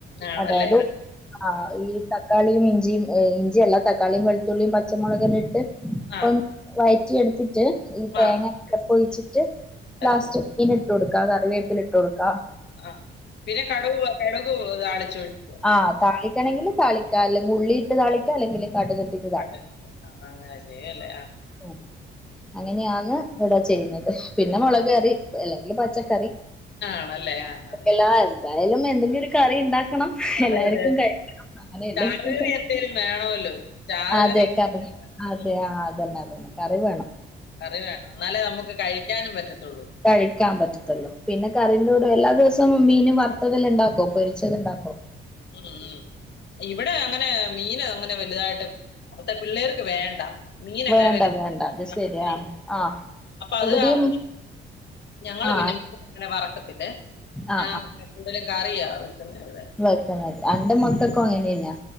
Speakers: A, on the left; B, in the centre.
A: ആണല്ലേ
B: അതായത് ആ ഈ തക്കാളിയും ഇഞ്ചിയും ഇഞ്ചി അല്ല തക്കാളിയും വെളുത്തുള്ളിയും പച്ചമുളകും എല്ലാം ഇട്ട് അപ്പൊ
A: ആ
B: വയറ്റി എടുത്തിട്ട് ഈ തേങ്ങ
A: ആ
B: അരപ്പ് ഒഴിച്ചിട്ട്
A: അരച്ചിട്ട്
B: ലാസ്റ്റ് മീൻ ഇട്ട് കൊടുക്കാ കറിവേപ്പില ഇട്ട് കൊടുക്കാ
A: ആഹ് പിന്നെ കടുക് കടുകും താളിച്ച് ഒഴിക്കോ
B: ആഹ് താളിക്കണെങ്കിൽ താളിക്കാ അല്ലെങ്കിൽ ഉള്ളി ഇട്ട് താളിക്ക അല്ലെങ്കിൽ കടുക് ഇട്ട്
A: ടുക് ആഹ് അങ്ങനെ ചെയ്യൂല്ലേ ആഹ്
B: ഉം അങ്ങനെയാണ് ഇവിട ചെയ്യുന്നത് പിന്നെ മുള ക് കറി അല്ലെങ്കിൽ പച്ചക്കറി
A: ആണല്ലേ ആഹ്
B: <unintelligible>
A: ആഹ് ആഹ്
B: എന്തായാലും എന്തെങ്കിലും ഒരു കറി ഉണ്ടാക്കണം
A: അതെ
B: എല്ലാർക്കും
A: അതെ അതെ
B: കറി അങ്ങനെ <unintelligible>
A: ചാറുകറി എന്തേലും വേണമല്ലോ ചാറുകറി എന്തേലും വേണം
B: അതെ
A: ഉം
B: ആ അതന്നെ അതന്നെ കറി വേണം
A: കറിവേണം എന്നാലേ നമുക്ക് കഴിക്കാനും പറ്റത്തുള്ളൂ
B: കഴിക്കാൻ പറ്റത്തൊള്ളൂ പിന്നെ കറിന്റെ കൂടെ എല്ലാ ദിവസവും മീൻ വറുത്തതെല്ലാം ഇണ്ടാക്കോ പൊരിച്ചത്ണ്ടാക്കോ
A: ഉം ഉം ഇവിടെ അങ്ങനെ മീന് അങ്ങനെ വലുതായിട്ട് <unintelligible> പിള്ളേർക്ക് വേണ്ട മീന്
B: വേണ്ട
A: അങ്ങനെ വലു <unintelligible>
B: വേണ്ട അത് ശരിയാ ആ
A: അപ്പത്
B: ഇവിടെയും
A: കാരണം ഞങ്ങള്
B: ആ
A: പിന്നെ മീൻ അങ്ങനെ വറക്കത്തില്ലെ
B: ആ
A: ഞാൻ കൂടുതലും കറിയ വെക്കുന്ന ഇവിടെ
B: വെക്ക എന്റെ
A: ഉം.
B: മക്കൾക്കും അങ്ങനെയെന്നെയാ